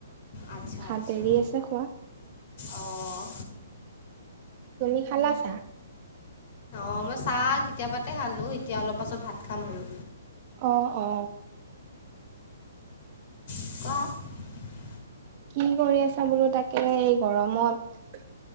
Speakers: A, on the left; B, on the right.
A: আচ্ছা
B: ভাত
A: আচ্ছা
B: দেৰি আছে খোৱা।
A: অঁ
B: তুমি খালা ছাহ?
A: অ মই ছাহ কেতিয়াবাতে খালো, এতিয়া অলপ পাছত ভাত খাম আৰু।
B: অ অ।
A: <unintelligible>
B: কি কৰি আছা বোলো তাকে এই গৰমত?